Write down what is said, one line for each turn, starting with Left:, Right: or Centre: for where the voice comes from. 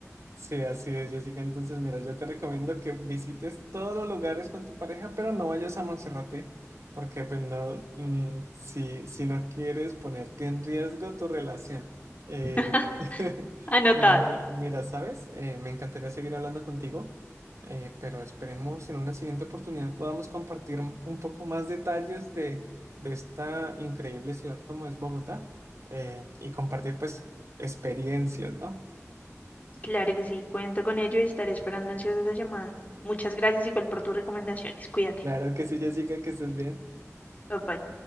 Right: Sí, así es, Jessica. Entonces, mira, yo te recomiendo que visites todos los lugares con tu pareja, pero no vayas a Monserrate, porque pues no, mm, si, si no quieres ponerte en riesgo tu relación. Eh,
Left: <laughs>
Right: <laughs>
Left: anotado.
Right: pero mi- mira, ¿sabes? Eh, me encantaría seguir hablando contigo, eh, pero esperemos en una siguiente oportunidad podamos compartir un un poco más detalles de, de esta increíble ciudad como es Bogotá, eh, y compartir pues experiencias, ¿no?
Left: Claro que sí, cuento con ello y estaré esperando ansiosa esa llamada. Muchas gracias igual por tus recomendaciones. Cuídate.
Right: Claro que sí, Jessica, que estés bien.
Left: Bye bye.